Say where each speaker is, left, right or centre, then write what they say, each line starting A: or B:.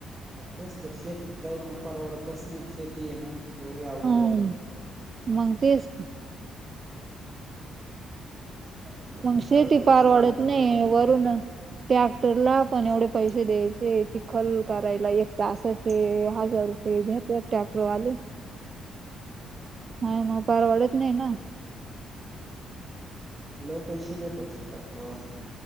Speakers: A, on the right; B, on the right.
A: तेच तर शेतीत काय नही परवडतच नाही शेती ये ना एवडी अवघड
B: हम्म
A: झाली.
B: मग तेच
A: <unintelligible> शेतीचा
B: मंग शेती
A: अवघडच
B: पारवडत
A: कार्यक्रम
B: नाही
A: झालाय आता.
B: वरूनं टॅक्टरला पण एवढे पैसे द्यायचे चिखल करायला एक तासाचे हजार रुपये घ्या ते ट्रॅक्टरवाले
A: सांभाळून
B: आणि मग परवडत नाही ना
A: लई पैसे घेतात ते ट्रॅक्टरवले.